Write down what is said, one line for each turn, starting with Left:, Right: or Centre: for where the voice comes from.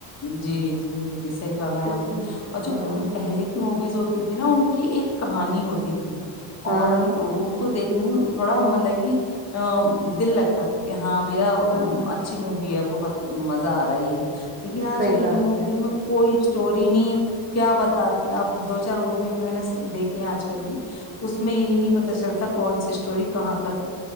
Left: جی جی جی صحیح فرمایا
Right: کیونکہ
Left: آپ نے۔ اور جو
Right: ہاں
Left: پہلے کی موویز ہوتی تھی نا ان۔ یہ ایک کہانی ہوتی تھی۔
Right: ہاں
Left: اور ان کو دیکھ۔ تھوڑا مطلب کہ دل لگتا تھا کہ ہاں۔ دیا
Right: ہاں ہاں
Left: اچھی مووی ہے بہت۔ بہت مزہ آ رہا ہی ہے۔ لیکن آج
Right: صحیح
Left: کل
Right: بات
Left: کی موویز
Right: ہے
Left: میں کوئی اسٹوری نہیں کیا بتا اب دو چار مووی بھی میں نے دیکھی ہیں آج کل کی اس میں یہی نہیں پتا چلتا کون سی اسٹوری کہاں کا